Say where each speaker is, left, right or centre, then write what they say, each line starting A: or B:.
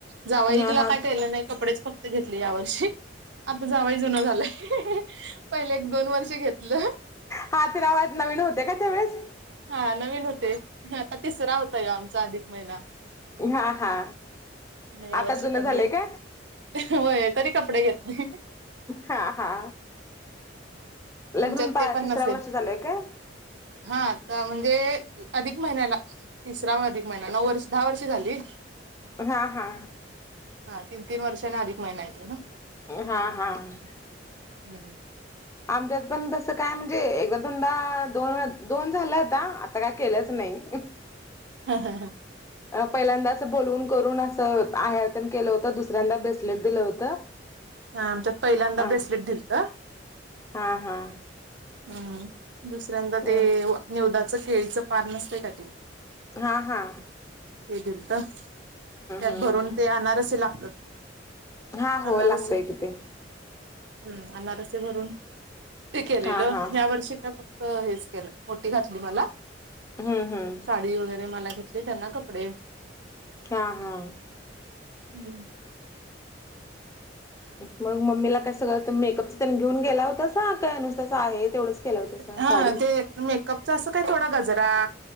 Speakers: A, on the right (about 70°); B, on the left (about 15°).
A: जावईला
B: हा हा
A: काय केलं नाही कपडेच फक्त घेतले या वर्षी आता जावाई जुन झालाय पहिले एक दोन वर्ष घेतलं
B: हा ते रिवाज नवीन होते का त्या वेळेस
A: हा नवीन होते आता तिसरा होता हा आमचा अधिक महिना
B: हा हा
A: मग या
B: आता
A: वर्षी
B: जुन
A: काही
B: झालंय
A: नाही घेतली
B: काय?
A: होय तरी कपडे घेतले
B: हा हा लग्न
A: तुमच्यात
B: होऊन
A: ते पण
B: तिसऱ्या
A: नसेल
B: वर्ष चालू हाय काय
A: हा आता म्हणजे अधिक महिन्याला तिसरा म अधिक महिना नऊ वर्ष दहा वर्ष झाली
B: हा हा
A: हा तीन तीन वर्षांने अधिक महिना येत ना
B: हा हा ह
A: हम्म
B: आमच्यात पण तसं काय म्हणजे एकदा दोनदा दोन दोन झालं होता आता काय केलंच नाही
A: हम्म
B: अ पहिल्यांदा अस बोलून करून अस आरन केलं होत दुसऱ्यांदा ब्रेसलेट दिलं होतं
A: हा आमच्यात पहिल्यांदा
B: अ
A: ब्रेसलेट दिलत
B: हा हा
A: हम् दुसऱ्यांदा
B: हम्
A: ते न्यवदाचं केळीचं पन नसत का ते
B: हा हा
A: ते दिल तर त्यात
B: हम्म
A: भरून ते अनारसेी लागत
B: हा हो
A: अनारसी
B: लागतय कि ते
A: हम्म अनारसे भरून ते केलेलं
B: हा हा
A: या वर्षी का हेच केलं ओटी घातली मला
B: हम्म हम्म
A: साडी वगैरे मला घ त्यां ना कपडे
B: हा हा
A: हम्म
B: मग मम्मीला काय सगळं मेकअपचं त्यांनी घेऊन गेला होतासा काय नुसतं आहे तेवढंच केला होतासा
A: हा
B: साडी
A: ते मेकअपच असं काय थोडा गजरा